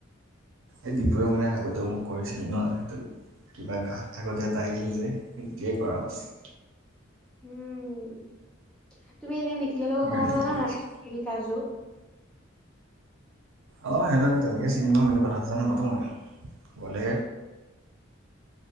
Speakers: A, on the right; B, in the centre.
A: এই ডপুৱ মানে আগতেও মোক কৰিছিলি ন' সেইটো। কিবা কাত থাকতে এটা আহিল যে ইতিয়াই কৰাব চাগে।
B: উম তুমি এনে নিখিলৰ লগত
A: সেইকাৰণে
B: কথা পতা
A: কৰিছে
B: না নাই নিখিল কাজু।
A: অঁ সিহঁতক তেনেকৈ চিনি পাওঁ কিন্তু কথা চথা নাপাতোঁহ মই গ'লে।